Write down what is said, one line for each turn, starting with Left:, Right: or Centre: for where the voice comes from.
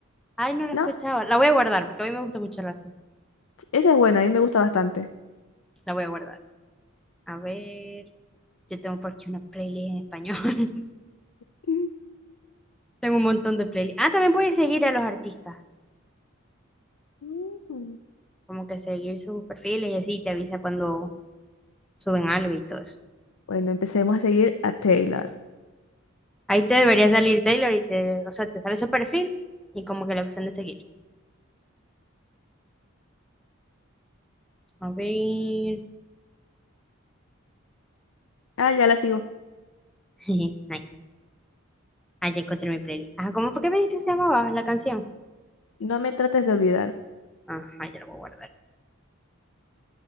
Centre: Ay, no la
Left: No,
Centre: he escuchado. La voy a guardar porque a mí me gusta mucho la salsa.
Left: esa es buena, a mí me gusta bastante.
Centre: La voy a guardar. A ver, yo tengo por aquí una playlist en español. <laughs>
Left: <laughs> Mm.
Centre: Tengo un montón de playlists. Ah, también puedes seguir a los artistas,
Left: Mm.
Centre: como que seguir sus perfiles y así te avisa cuando suben algo y todo eso.
Left: Bueno, empecemos a seguir a Taylor.
Centre: Ahí te debería salir Taylor y te, o sea, te sale su perfil y como que la opción de seguir. A ver.
Left: Ah, ya la sigo.
Centre: <laughs> Nice. Ah, ya encontré mi playlist. Ajá, ¿cómo fue que me dijiste que se llamaba la canción?
Left: No me trates de olvidar.
Centre: Ajá, ya la voy a guardar.